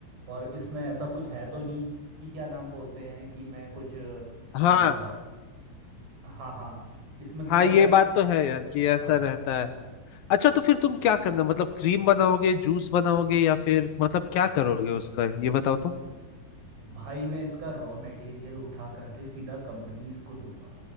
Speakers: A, on the right; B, on the left.
A: और इसमें ऐसा कुछ है तो नहीं कि क्या नाम बोलते हैं कि मैं कुछ
B: हाँ
A: अ, हाँ हाँ इसमें कुछ
B: हाँ
A: ऐसा
B: ये बात तो है यार कि ऐसा
A: हाँ
B: रहता है अच्छा तो फिर तुम क्या करना मतलब क्रीम बनाओगे जूस बनाओगे या फिर मतलब क्या करोगे उसका ये बताओ तो
A: भाई मैं इसका रॉ मटेरियल उठा करके सीधा कंपनीज को दूंगा